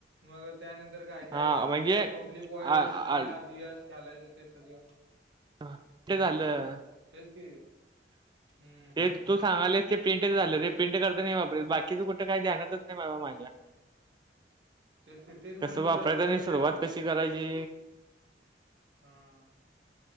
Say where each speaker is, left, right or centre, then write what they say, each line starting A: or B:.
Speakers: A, on the right (about 85°); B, on the right (about 25°).
A: मग त्यानंतर काय
B: हा
A: काय
B: म्हणजे
A: पब्लिक वाईड
B: आ
A: हटिंग
B: आ
A: आर. जी. एस. घालायचं ते सगळं.
B: ह ते झालं
A: तेच की हम्म
B: ते तू सांगालेस ते प्रिंट झालं ते
A: तसं
B: प्रिंट करता नाही वापरल बाकीचं कुठ का ध्यानातच नाही बाबा माझ्या.
A: तेच की तेच म्हटलं
B: कस वापरायचं
A: जरा वही
B: आणि सुरुवात
A: भे
B: कशी करायची?
A: ह.